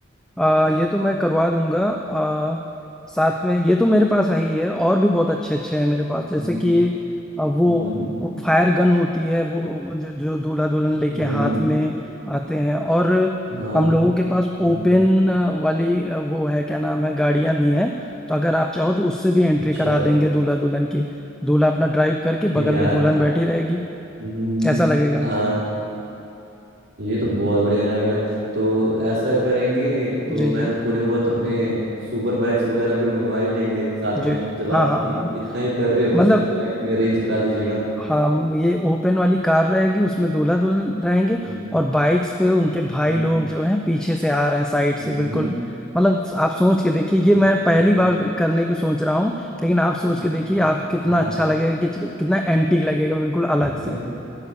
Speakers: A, in the centre; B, on the right (about 55°).
A: आ, ये तो मैं करवा दूंगा आ, साथ में ये तो मेरे पास आई है और भी बहुत अच्छे अच्छे हैं मेरे पास
B: हम्म
A: जैसे कि आ, वो
B: हम्म
A: फायर गन होती है वो जो, जो दूल्हा दुल्हन लेके
B: हम्म,
A: हाथ में आते हैं और
B: हाँ
A: हम लोगों के पास
B: हम्म,
A: ओपन वाली आ, वो है क्या नाम है गाड़ियां भी हैं तो अगर आप चाहो तो उससे भी एंट्री
B: अच्छा
A: करा देंगे दूल्हा दुल्हन की दूल्हा अपना ड्राइव करके बगल
B: <laughs> यार
A: में दुल्हन बैठी रहेगी
B: हम्म,
A: कैसा लगेगा
B: हाँ ये तो बहुत बढ़िया रहेगा तो ऐसा करेंगे तो
A: जी
B: मैं
A: जी
B: थोड़े बहुत अपने सुपर बैग्स वगैरह भी मंगवा ही लेंगे साथ में
A: जी
B: जब
A: हाँ
B: आप
A: हाँ
B: इत,
A: हाँ
B: इतना ही कर रहे हो तो
A: मतलब
B: सुपर बैग भी अरेंज करा दीजिएगा
A: हम ये ओपन वाली कार रहेगी उसमें दूल्हा दुल्हन रहेंगे
B: हम्म
A: और बाइक्स पे उनके भाई
B: हम्म,
A: लोग जो हैं पीछे से आ रहे हैं साइड से
B: हम्म,
A: बिल्कुल मतलब आप सोच के देखिए ये मैं
B: ठीक
A: पहली बार
B: है
A: करने की सोच रहा हूँ लेकिन आप सोच
B: हाँ
A: के देखिए आप कितना
B: हाँ
A: अच्छा लगेगा कि, कितना एंटीक लगेगा बिल्कुल अलग
B: <laughs>
A: सा